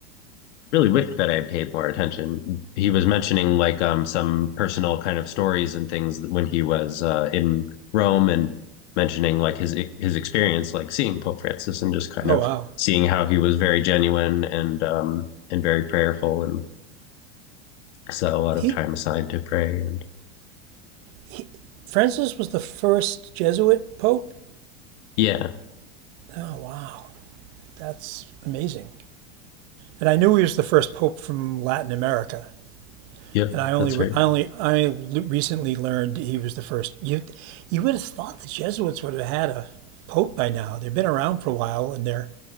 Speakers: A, on the left; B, on the right.
A: really wish that I had paid more attention. He was mentioning like um some personal kind of stories and things when he was uh, in Rome and mentioning like his his experience like seeing Pope Francis and just kind
B: Oh
A: of
B: wow.
A: seeing how he was very genuine and um and very prayerful and set a lot
B: He,
A: of time aside to pray and
B: he Francis was the first Jesuit pope.
A: yeah,
B: Oh wow, that's amazing. and I knew he was the first pope from Latin America.
A: yep,
B: And I only,
A: that's right.
B: I only, I recently learned he was the first. You, you would have thought the Jesuits would have had a pope by now. They've been around for a while, and they're